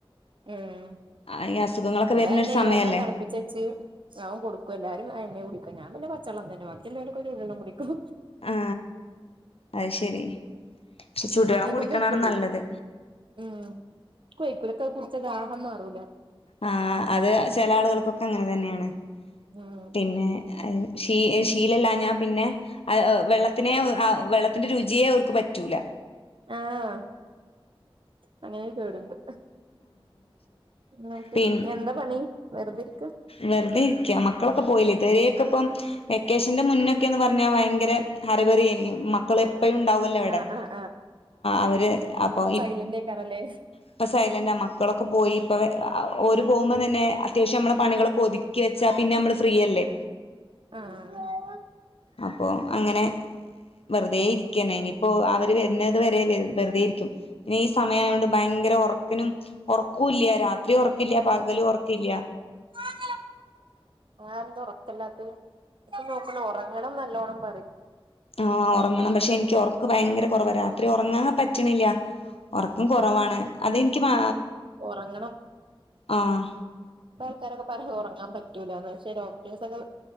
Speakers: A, on the right; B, on the left.
A: മ്മ്
B: ആ, ഈ അസുഖങ്ങളൊക്കെ
A: ഇപടതന്നെയ്യ
B: വരുന്നൊരു സമയല്ലേ
A: അതാ തിളപ്പിച്ചച്ച് അതൺ കൊടുക്കും എല്ലാരും അതെ ന്നെ കുടിക്ക ഞാപ്പിന്നെ പച്ചള്ളം തന്നെ കുടിക്ക വാക്കില്ലോലൊക്കെ ചൂടുവള്ളംകുടിക്കും
B: ആ
A: ഹും
B: അത് ശരി പക്ഷെ ചൂടുവെള്ളം
A: ഇന്നേ
B: കുടിക്കണാണ്
A: കൊണ്ട് വെയ്ക്കൂലേ
B: നല്ലത്
A: ഉം ഇക്വെയ്ക്കൂല ഇക്കത് കുടിച്ച ദാഹം മാറൂല
B: ആ അത് ചില ആളുകൾക്കൊക്കെ അങ്ങനെ തന്നെയാണ്
A: ഉം
B: പിന്നെ അയ് ഷീ ശീലല്ലാഞാ പിന്നെ അഹ് വെള്ളത്തിനെ അ വെള്ളത്തിന്റെ രുചിയെ അവർക്ക് പറ്റൂല
A: ആഹ് അങ്ങനൊര് കേട്ണ്ട് എന്നിട്ട്
B: പിൻ
A: എന്താ പണി വെറുതിരിക്ക
B: വെറുതെ ഇരിക്ക മക്കളൊക്കെ പോയില്ലേ ഇതുവരെക്കെപ്പം വെക്കേഷന്റെ മുന്നക്കെന്ന് പറഞ്ഞാ ഭയങ്കര ഹറിവറിയായിന്നു മക്കള് പഴു ഉണ്ടാവോല്ലോ വിടെ
A: ആഹ് ആഹ്
B: അവര് അപ്പൊ
A: ല്ലന്റെയ്കാരലേ
B: ഇപ്പ സൈലന്റാ മക്കളൊക്കെ പോയി ഇപ്പൊഓര് പോകുമ്പോ തന്നെ അത്യാവശ്യം നമ്മളെ പണികളൊക്കെ ഒതുക്കി വെച്ചാ പിന്നെ നമ്മള് ഫ്രീ യല്ലേ
A: ആഹ്
B: അപ്പൊ അങ്ങനെ വെറുതെ ഇരിക്കന് ഇനി ഇപ്പൊ അവര് വരുന്നതു വരെ വെറുതെയിരിക്കും പിന്നെ ഈ സമയ യായൊണ്ട് ഭയങ്കര ഉറക്കിനും ഉറക്കൂല്ല രാത്രി ഉറക്കില്ല പകലും ഉറക്കില്ല
A: ആ അഎന്ത ഉറക്കല്ലാത്തഹ് ക്ക് നോക്കല ഒറങ്ങണം നല്ലോണം പറി
B: ആഹ് ഉറങ്ങണം പക്ഷെ എനിക്ക് ഉറക്ക് ഭയങ്കര കുറവ രാത്രി ഉറങ്ങാൻ പറ്റ് ണില്ല ഉറക്കം കുറവാണ്
A: ആഹ്
B: അതെനിക്ക് മാ
A: ഉറങ്ങണം
B: ആഹ്
A: പലതു പറി ഉറങ്ങാൻ പറ്റൂല പക്ഷെ ഡോക്ടേഴ്സെന്നെ